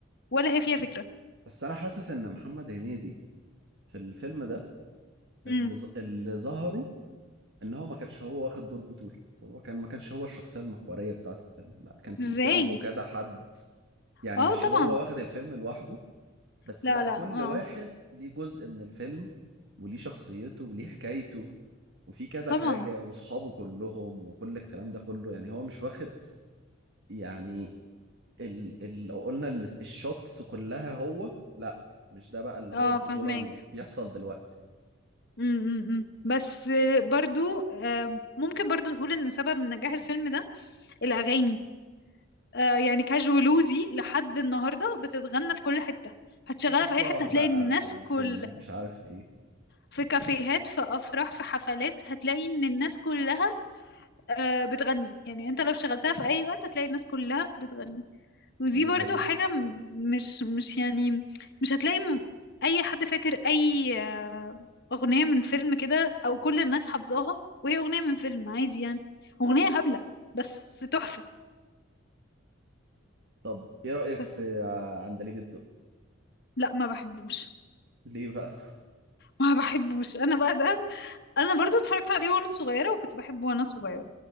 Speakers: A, on the left; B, on the right.
A: ولا هي فيها فكرة
B: بس أنا حاسس إن محمد هنيدي في الفيلم ده
A: امم
B: اللي ظ- اللي ظهروا ان هو ما كانش هو واخد دور بطولة هو كان ما كانش هو الشخصية المحورية بتاعة الفيلم لا كان في
A: ازاي
B: جنبه كذا حد يعني
A: اه
B: مش
A: طبعا
B: هو واخد الفيلم لوحده بس
A: لا
B: لا
A: لا
B: كل
A: اه
B: واحد ليه جزء من الفيلم وليه شخصيته وليه حكايته وفي كذا
A: طبعا
B: حاجة وصحابه كلهم وكل الكلام ده كله يعني هو مش واخد يعني ال ال لو قلنا ال- الشوتس كلها هو لا مش ده بقى اللي
A: اه
B: هو البطولة
A: فهماك
B: اللي بيحصل دلوقتي
A: امم بس آه، برضو آه، ممكن برضو نقول ان سبب نجاح الفيلم ده الاغاني آه، يعني كاجولو دي لحد النهارده بتتغنى في كل حتة هتشغلها
B: في الأفراح
A: في اي حتة هتلاقي
B: بقى
A: الناس
B: في,
A: كل
B: في ال- مش عارف ايه
A: في كافيهات في افراح في حفلات هتلاقي ان الناس كلها آه، بتغني يعني انت لو شغلتها في اي وقت هتلاقي الناس كلها بتغني ودي
B: دي
A: برضو
B: حقيقة
A: حاجة م- مش مش يعني مش هتلاقي م- اي حد فاكر اي آه، اغنية من فيلم كده او كل الناس حافظاها وهي اغنية من فيلم عادي يعني اغنية هبلة بس تحفة
B: طب ايه رأيك
A: ف-
B: في ع- عندليب الدق
A: لا ما بحبوش
B: ليه بقى
A: ما بحبوش انا بقى ده انا برضو اتفرجت عليه وانا صغيرة وكنت بحبه وانا صغيرة